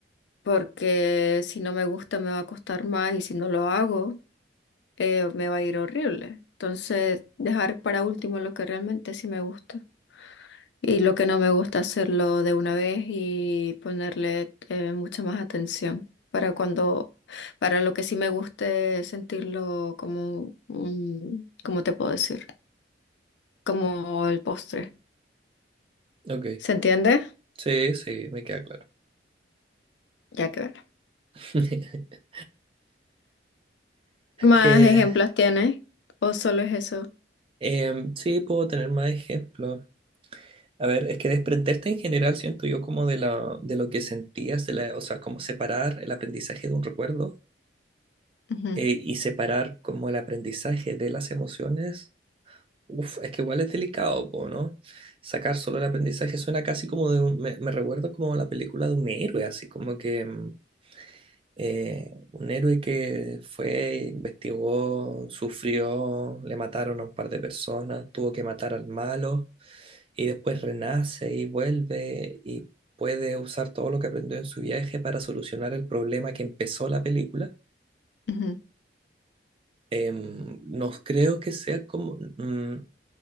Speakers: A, on the left (about 75°); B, on the right (about 30°).
A: porque si no me gusta me va a costar más y si no lo hago eh, me va a ir horrible. Entonces, dejar para último lo que realmente sí me gusta. Y lo que no me gusta hacerlo de una vez y ponerle eh, mucha más atención para cuando, para lo que sí me guste sentirlo como un, ¿cómo te puedo decir? Como el postre.
B: ok.
A: ¿Se entiende?
B: Sí, sí, me queda claro.
A: Ya que bueno.
B: <laughs>
A: ¿Más
B: Que
A: ejemplos tienes? ¿O solo es eso?
B: em, sí, puedo tener más ejemplos. A ver, es que desprenderte en general siento yo como de, la, de lo que sentías, de la, o sea, como separar el aprendizaje de un recuerdo
A: Ujú,
B: eh, y separar como el aprendizaje de las emociones Uf, es que igual es delicado, po, ¿no? Sacar solo el aprendizaje suena casi como de un, me, me recuerdo como la película de un héroe, así como que mm, eh, un héroe que fue, investigó, sufrió, le mataron a un par de personas, tuvo que matar al malo y después renace y vuelve y puede usar todo lo que aprendió en su viaje para solucionar el problema que empezó la película.
A: ujú.
B: Em, no creo que sea como, mm,